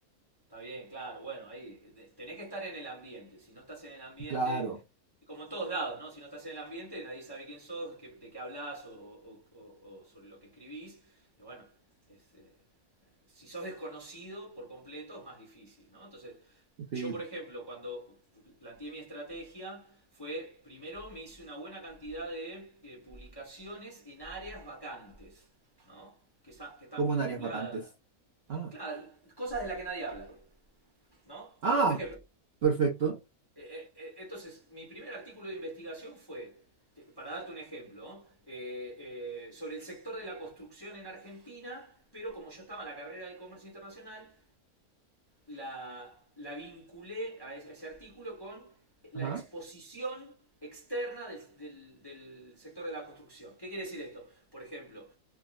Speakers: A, on the left; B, on the right.
A: Está bien, claro, bueno, ahí eh, te- tenés que estar en el ambiente. Si no estás en el ambiente,
B: Claro,
A: como en todos lados, ¿no? Si no estás en el ambiente, nadie sabe quién sos, qué- de qué hablas o, o- o- o sobre lo que escribís. Y bueno, es, eh, si sos desconocido por completo es más difícil, ¿no? Entonces,
B: sí,
A: Yo, por ejemplo, cuando planteé mi estrategia, fue primero me hice una buena cantidad de eh, publicaciones en áreas vacantes, ¿no? Que, que están
B: como
A: vinculadas.
B: en áreas vacantes. Ah,
A: Claro, cosas de las que nadie habla, ¿no? Entonces,
B: ah,
A: por ejemplo, eh,
B: perfecto.
A: eh, eh, entonces, mi primer artículo de investigación fue, para darte un ejemplo, ¿no? Eh, eh, sobre el sector de la construcción en Argentina, pero como yo estaba en la carrera de comercio internacional, la, la vinculé a ese, artículo con la
B: Ajá,
A: exposición externa del, del- del sector de la construcción. ¿Qué quiere decir esto? Por ejemplo,